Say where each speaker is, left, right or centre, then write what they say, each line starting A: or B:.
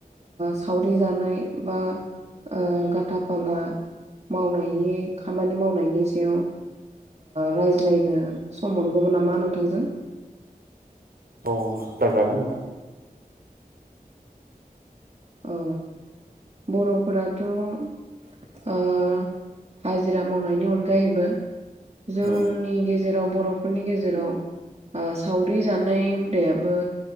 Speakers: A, on the right; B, on the right.
A: सावरि जानाय बा ओ गाथा फाला मावनायनि खामानि मावनायनि सायाव रायज्लायनो सम मोनगौमोन नामा नोंथांजों?
B: अ रायजागोन नोंथां।
A: औ बर'फोराथ' ओ हाजिरा मावनायनि अनगायैबो जोंनि
B: औ
A: गेजे जेराव बर'फोरनि गेजेराव सावरि जानाय हुदायाबो